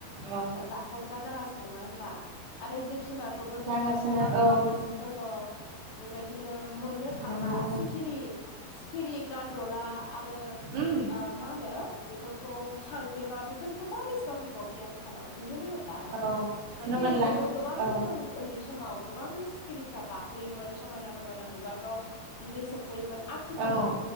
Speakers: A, on the right (about 75°); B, on the left (about 60°).
A: औ
B: ओ जाथायफ्रा जागासिनो नङा होनबा आरो जिब -जुनारखौबो
A: जागासिनो
B: जोंनिया ख'हा खालामगासिनो
A: औ
B: दङ' बेबायदिनो मोननो थांला
A: नंगौ
B: सिखिरि सिखिरि, गान्द'ला आरो
A: ओम
B: ओ मा होनो बेफोरखौ सांग्रेमा बेफोरखौ मा बेसेबां नुबावसै आथिखाल खालाव नुनोनो मोनला माथो
A: औ नुनो
B: सिखिरिखौबो
A: मोनला
B: गोबां
A: औ
B: जों ओन्दै समाव गोबां सिखिरिफ्रा बाफैयोमोन समायना-रमायना बिबारफ्राव बिदै सोबफैयोमोन आथिखालाव
A: औ